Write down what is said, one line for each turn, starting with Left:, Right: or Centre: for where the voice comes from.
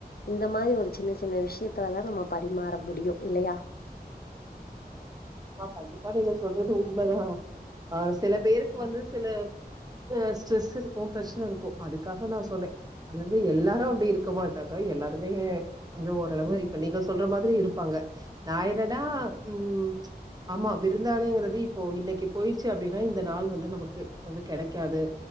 Left: இந்த மாரி ஒரு சின்ன சின்ன விஷியத்துலதா நம்ம பரிமாற முடியு இல்லையா
Right: பா கண்டிப்பா நீங்க சொல்றது உண்மதா அ சில பேருக்கு வந்து சில அ ஸ்ரெஸ் இருக்கு ப்ரச்சன இருக்கு அதுக்காக நா சொன்னே அதாவ்து எல்லாரு அப்டி இருக்க மாட்டாங்க எல்லாருமே கோஞ்சோ ஓரளவு இப்ப நீங்க சொல்ற மாதுரி இருப்பாங்க நா என்னடா ம் ஆமா விருந்தாளிங்கிறது இப்போ இன்னைக்கு போயிடுச்சு அப்டினா இந்த நாள் வந்து நமக்கு வந்து கெடைக்காது